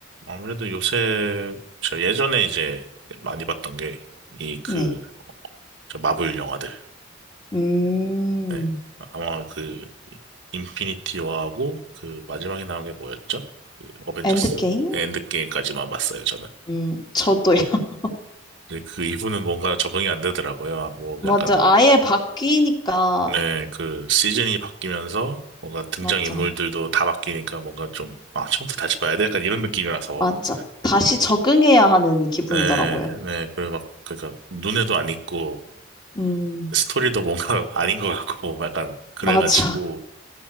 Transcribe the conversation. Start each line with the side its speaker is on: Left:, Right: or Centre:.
Right: 아무래도 요새, 저 예전에 이제 많이 봤던 게, 이 그,
Left: 네.
Right: 저 마블 영화들.
Left: 음.
Right: 네. 아마 그, 인피니티 워하고, 그 마지막에 나온 게 뭐였죠? 그 어벤져스
Left: 엔드게임?
Right: 엔드게임까지만 봤어요, 저는.
Left: 음. 저도요. <laughs>
Right: 이제 그 이후는 뭔가 적응이 안 되더라고요. 뭐
Left: 맞아.
Right: 약간
Left: 아예 바뀌니까.
Right: 네, 그 시즌이 바뀌면서 뭔가 등장인물들도
Left: 맞아.
Right: 다 바뀌니까 뭔가 좀, 아, 처음부터 다시 봐야 돼? 약간 이런 느낌이라서.
Left: 맞아. 다시 적응해야 하는 기분이더라고요.
Right: 네, 네, 그리고 막, 그러니까 눈에도 안 익고
Left: 음,
Right: 스토리도 뭔가 <laughs> 아닌 것 같고 약간 그래가지고
Left: 맞아. <laughs>